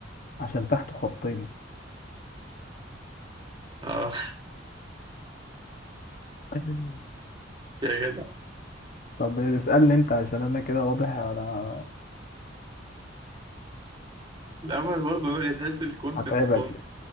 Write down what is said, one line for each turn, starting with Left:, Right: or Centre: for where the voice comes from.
Left: عشان تحته خطين
Right: آه.
Left: <laughs>
Right: <laughs> يا جدع
Left: طب اسألني انت عشان انا كده واضح انا
Right: لا ما برضه لا، تحس الكونتنت
Left: هتعبك
Right: باظ